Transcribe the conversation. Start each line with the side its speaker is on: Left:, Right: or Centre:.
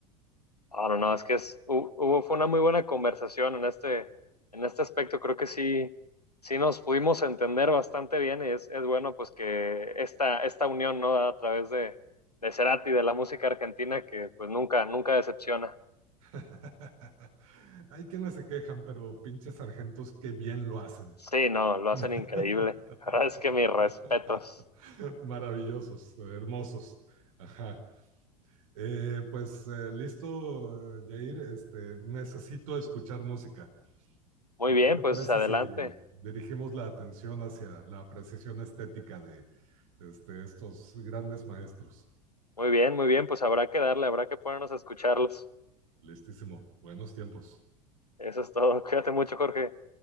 Left: Ah, no, no, es que es, hu- hubo, fue una muy buena conversación en este, en este aspecto. Creo que sí, sí nos pudimos entender bastante bien y es, es bueno pues que esta, esta unión, ¿no? A través de, de Cerati, de la música argentina, que pues nunca, nunca decepciona.
Right: <laughs> Hay quienes se quejan, pero pinches sargentos que bien lo hacen.
Left: Sí, no, lo
Right: <laughs>
Left: hacen increíble. La verdad es que mis respetos.
Right: Maravillosos, hermosos. Ajá. Eh, pues eh, listo, eh, Jair. Este, necesito escuchar música.
Left: Muy
Right: ¿Qué
Left: bien,
Right: te
Left: pues
Right: parece
Left: adelante.
Right: si dirigimos la atención hacia la apreciación estética de este, estos grandes maestros?
Left: Muy bien, muy bien, pues habrá que darle, habrá que ponernos a escucharlos.
Right: Listísimo. Buenos tiempos.
Left: Eso es todo. <laughs> Cuídate mucho, Jorge.